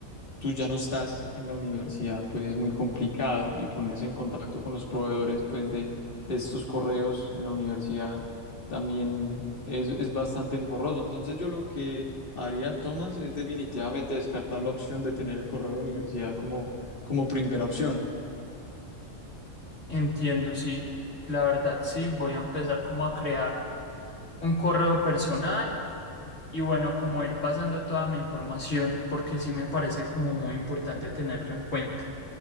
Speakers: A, on the left; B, on the left.
A: tú ya no estás en la universidad, pues es muy complicado y ponerse en contacto con los proveedores pues de, de estos correos en la universidad también es, es bastante engorroso. Entonces yo lo que haría, Tomás, es definitivamente descartar la opción de tener el correo de universidad como, como primera opción.
B: Entiendo, sí. La verdad, sí, voy a empezar como a crear un correo personal y bueno, como ir pasando toda mi información, porque sí me parece como muy importante tenerlo en cuenta.